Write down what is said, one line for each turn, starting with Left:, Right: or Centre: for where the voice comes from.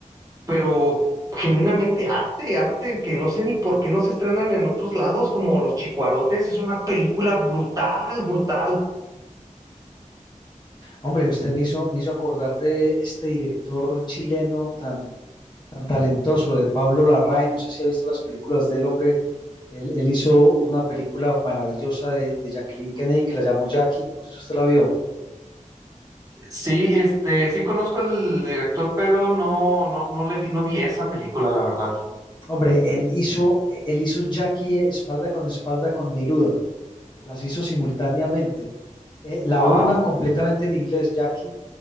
Right: pero genuinamente arte, arte que no sé ni por qué no se estrenan en otros lados, como Los Chicuarotes, es una película brutal, brutal.
Left: Hombre, usted me hizo, me hizo acordar de este director chileno tan, tan talentoso, de Pablo Larraín. No sé si ha visto las películas del hombre. Él, él hizo una película maravillosa de, de Jacqueline Kennedy que la llamó Jackie. No sé si usted la vio.
Right: Sí, este, sí conozco al director, pero no, no, no le vi, no vi esa película, la verdad.
Left: Hombre, él hizo, él hizo Jackie espalda con espalda con Neruda. Las hizo simultáneamente. Eh, la
Right: Wow.
Left: una completamente en inglés, Jackie,